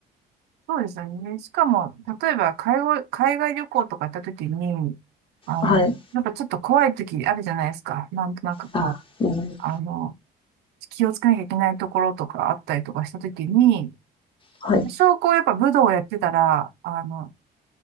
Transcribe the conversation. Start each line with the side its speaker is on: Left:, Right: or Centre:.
Right: そうですよね。しかも、例えば、海外、海外旅行とか行った時に、あの、
Left: ない。はい。
Right: やっぱちょっと怖い時あるじゃないですか。なんとなくこう、
Left: あ、うん。
Right: あの、気をつけなきゃいけないところとかあったりとかした時に、
Left: はい。
Right: 証拠をやっぱ武道をやってたら、あの、